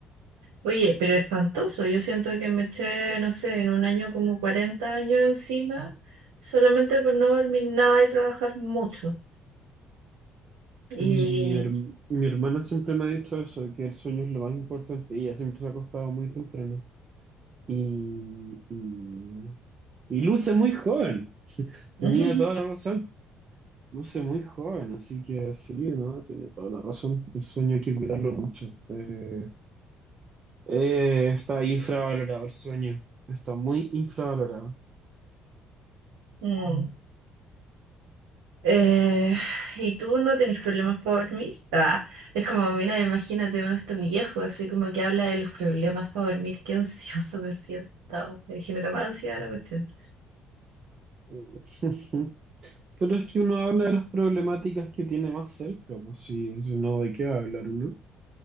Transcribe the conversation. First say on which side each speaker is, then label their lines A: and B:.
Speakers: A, on the right; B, on the right.
A: Oye, pero espantoso. Yo siento que me eché, no sé, en un año como 40 años encima, solamente por no dormir nada y trabajar mucho. Y...
B: Mi, herm- mi hermana siempre me ha dicho eso, que el sueño es lo más importante. y Ella siempre se ha acostado muy temprano. Y, y, y luce muy joven.
A: <laughs>
B: Tenía toda la razón. Luce muy joven, así que sí, ¿no? Tiene toda la razón. El sueño hay que cuidarlo mucho. Eh, eh, está infravalorado el sueño. Está muy infravalorado.
A: Mm. Eh, ¿y tú no tenés problemas para dormir? Ah, es como, mira, imagínate uno está viejo, así como que habla de los problemas para dormir. Qué ansioso me siento. Me genera más ansiedad la cuestión.
B: <laughs> Pero es que uno habla de las problemáticas que tiene más cerca, pues sí, si no, ¿de qué va a hablar uno?